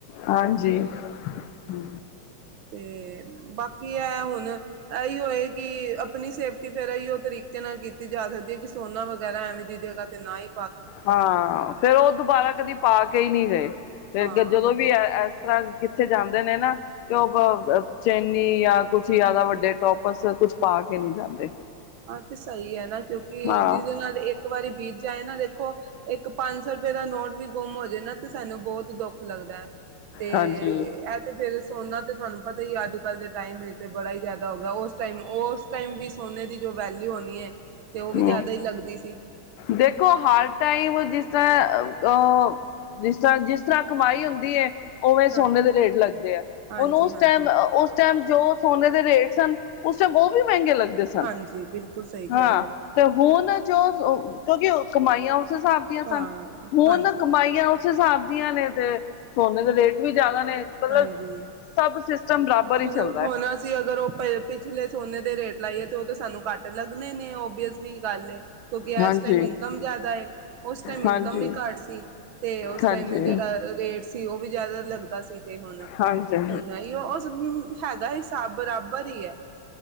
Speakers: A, on the left; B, on the right.
A: ਹਾਂਜੀ। ਹੂੰ
B: ਤੇ ਬਾਕੀ ਅਹ ਹੁਣ ਇਹੀ ਹੋਓ ਏ ਕਿ ਆਪਣੀ ਸੇਫ਼ਟੀ ਫਿਰ ਇਹੀ ਉਹ ਤਰੀਕੇ ਨਾਲ ਕੀਤੀ ਜਾ ਸਕਦੀ ਹੈ ਕਿ ਸੋਨਾ ਵਗੈਰਾ ਐਵੇਂ ਖਰੀਦੇ ਗਾ ਤੇ ਨਾਈ
A: ਹਾਂ ਫਿਰ ਉਹ ਦੁਬਾਰਾ ਕਦੀ ਪਾ ਕੇ ਹੀ ਨੀ ਗਏ ਫਿਰ
B: ਹਾਂ
A: ਜਦੋਂ ਵੀ ਤਰ੍ਹਾਂ ਕਿੱਥੇ ਜਾਂਦੇ ਨੇ ਨਾ ਓ ਚੈਨੀ ਜਾਂ ਕੁਛ ਜ਼ਿਆਦਾ ਵੱਡੇ ਟੋਪਸ ਕੁਛ ਪਾ ਕੇ ਨਹੀਂ ਜਾਂਦੇ
B: ਆਹ ਤੇ ਸਹੀ ਐ ਨਾ ਕਿਉਂਕਿ
A: ਹਾਂ
B: ਜਿਸਦੇ ਨਾਲ ਇਕ ਇੱਕ ਵਾਰੀ ਬੀਤ ਜਾਏ ਨਾ ਦੇਖੋ ਇੱਕ ਪੰਜ ਸੌ ਰੁਪਏ ਦਾ ਨੋਟ ਵੀ ਗੁੰਮ ਹੋ ਜੇ ਨਾ ਤੇ ਸਾਨੂੰ ਬਹੁਤ ਦੁੱਖ਼ ਲੱਗਦਾ ਐ। ਤੇ
A: ਹਾਂਜੀ
B: ਅ ਤੇ ਫਿਰ ਸੋਨਾ ਤੇ ਤੁਹਾਨੂੰ ਪਤਾ ਹੀ ਅੱਜ ਕੱਲ ਦੇ ਟਾਈਮ ਤੇ ਬੜਾ ਹੀ ਜ਼ਿਆਦਾ ਹੋ ਗਿਆ ਉਸ ਟਾਈਮ ਉਸ ਟਾਈਮ ਵੀ ਸੋਨੇ ਦੀ ਜੋ ਵੈਲਿਊ ਹੋਣੀ ਐ ਤੇ ਉਹ ਵੀ
A: ਹਮ
B: ਜ਼ਿਆਦਾ ਹੀ ਲੱਗਦੀ ਸੀ।
A: ਦੇਖੋ ਹਰ ਟਾਈਮ ਜਿਸ ਤਰ੍ਹਾਂ ਅਹ ਜਿਸ ਤਰ੍ਹਾਂ ਜਿਸ ਤਰ੍ਹਾਂ ਕਮਾਈ ਹੁੰਦੀ ਐ ਉਵੇਂ
B: ਹਾਂਜੀ
A: ਸੋਨੇ ਦੇ ਰੇਟ ਲੱਗਦੇ ਐ
B: ਹਾਂਜੀ
A: ਹੁਣ ਉਸ
B: ਹਾਂਜੀ
A: ਟਾਈਮ ਉਸ ਚਲ ਜੋ ਸੋਨੇ ਦੇ ਰੇਟ ਸਨ ਉਸ ਟਾਈਮ ਉਹ ਵੀ ਮਹਿੰਗੇ ਲੱਗਦੇ ਸਨ
B: ਹਾਂਜੀ ਬਿਲਕੁਲ ਸਹੀ
A: ਹਾਂ
B: ਕਹਿ ਰਹੇ ਹੋ।
A: ਤੇ ਹੁਣ ਜੋ ਕਿਉਂਕਿ ਕਮਾਈਆਂ ਉਸ ਹਿਸਾਬ ਦੀਆਂ ਸਨ
B: ਹਾਂ
A: ਹੁਣ
B: ਹਾਂਜੀ
A: ਕਮਾਈਆਂ ਉਸ ਉਸ ਹਿਸਾਬ ਦੀਆਂ ਨੇ ਤੇ ਸੋਨੇ ਦੇ ਰੇਟ ਵੀ ਜ਼ਿਆਦਾ ਨੇ ਮਤਲਬ
B: ਹਾਂਜੀ
A: ਸਭ ਸਿਸਟਮ ਬਰਾਬਰ
B: ਮਤਲਬ
A: ਹੀ ਚੱਲਦਾ
B: ਹੋਣਾ
A: ਹੈ।
B: ਸੀ ਅਗਰ ਉਹ ਪਏ ਪਿਛਲੇ ਸੋਨੇ ਦੇ ਰੇਟ ਲਾਈਏ ਤੇ ਉਹ ਤੇ ਸਾਨੂੰ ਘੱਟ ਲੱਗਣੇ ਨੇ ਓਬਵੀ ਅਸਲੀ ਗੱਲ ਏ ਕਿਉਂਕਿ
A: ਹਾਂਜੀ
B: ਇਸ ਟਾਈਮ ਇਨਕਮ ਜ਼ਿਆਦਾ ਏ ਉਸ ਟਾਈਮ
A: ਹਾਂਜੀ
B: ਇਨਕਮ ਵੀ ਘੱਟ ਸੀ। ਤੇ ਉਸ
A: ਹਾਂਜੀ
B: ਟਾਇਮ ਜਿਹੜਾ ਰੇਟ ਸੀ ਉਹ ਵੀ ਜ਼ਿਆਦਾ ਲੱਗਦਾ ਸੀ। ਤੇ ਹੁਣ,
A: ਹਾਂਜੀ
B: ਹੁਣ ਇਹ ਉਹ ਹੈਗਾਂ ਹਿਸਾਬ ਬਰਾਬਰ ਈ ਆ।